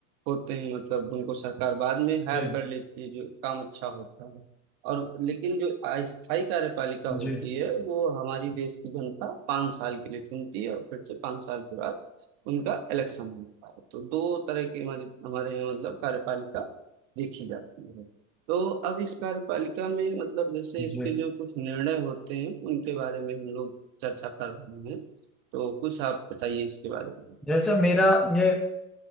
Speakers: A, on the right (about 55°); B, in the centre.
A: होते हैं मतलब उनको सरकार बाद में हायर
B: जी
A: कर लेती है जो काम अच्छा होता है और लेकिन जो अस्थायी कार्यपालिका होती
B: जी
A: है वो हमारी देश की जनता पाँच साल के लिए चुनती है और फिर से पाँच साल के बाद उनका इलेक्शन होता है तो दो तरह की हमारी हमारे यहाँ मतलब कार्यपालिका देखी जाती है तो अब इस कार्यपालिका में मतलब जैसे इसके
B: जी
A: जो कुछ निर्णय होते हैं उनके बारे में हम लोग चर्चा कर रहे हैं तो कुछ आप बताइए इसके बारे में
B: जैसे मेरा ये